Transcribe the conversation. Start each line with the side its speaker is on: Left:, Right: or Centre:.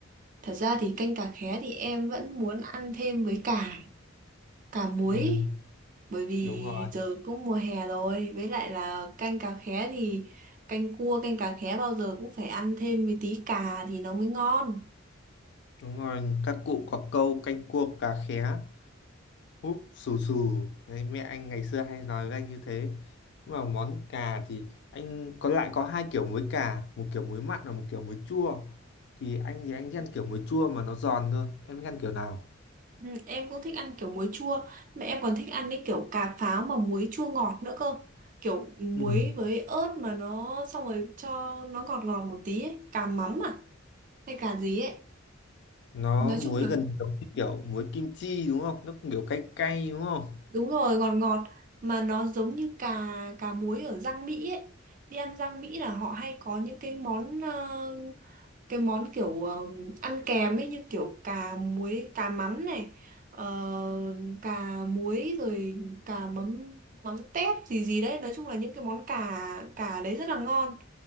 Right: thật ra thì canh cà khé thì em vẫn muốn ăn thêm với cả cả muối
Left: Ừm,
Right: ý. bởi vì
Left: đúng rồi
Right: giờ cũng mùa hè rồi với lại là canh cà khé thì canh cua canh cà khé bao giờ cũng phải ăn thêm với tí cà thì nó mới ngon
Left: Đúng rồi, các cụ có câu canh cua cá khé, úp xù xù. Đấy, mẹ anh ngày xưa hay nói với anh như thế. Nhưng mà món cà thì anh có lại có hai kiểu muối cà, một kiểu muối mặn và một kiểu muối chua. Thì anh thì anh thích ăn kiểu muối chua mà nó giòn cơ. Em thích ăn kiểu nào?
Right: ừ, em cũng thích ăn kiểu muối chua mà em còn thích ăn cái kiểu cà pháo mà muối chua ngọt nữa cơ kiểu muối
Left: Ừ.
Right: với ớt mà nó xong rồi cho nó ngọt ngọt một tí ấy. cà mắm à hay cà gì ấy
Left: Nó
Right: nói
Left: muối
Right: chung là
Left: gần giống như kiểu muối kim chi đúng không? Nó cũng kiểu cay cay đúng không?
Right: đúng rồi ngọt ngọt mà nó giống như cà cà muối ở rang Mỹ ấy đi ăn rang Mỹ là họ hay có những cái món ờ, cái món kiểu ờ, ăn kèm ấy như kiểu cà muối cà mắm này ờ, cà muối rồi cà mắm mắm tép gì gì đấy nói chung là những cái món cà cà đấy rất là ngon